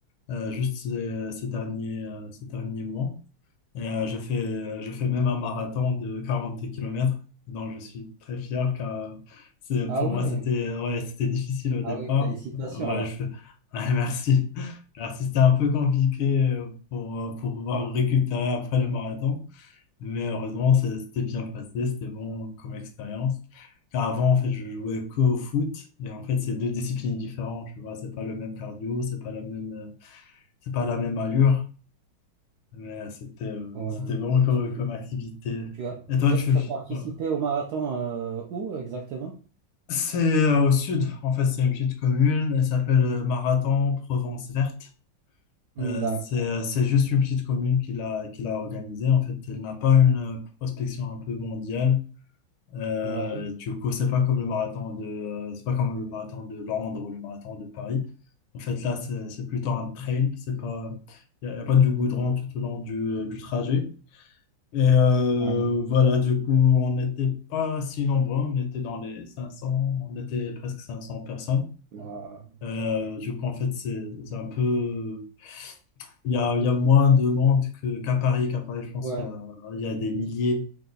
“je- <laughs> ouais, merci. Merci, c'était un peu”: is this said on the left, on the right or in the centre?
Left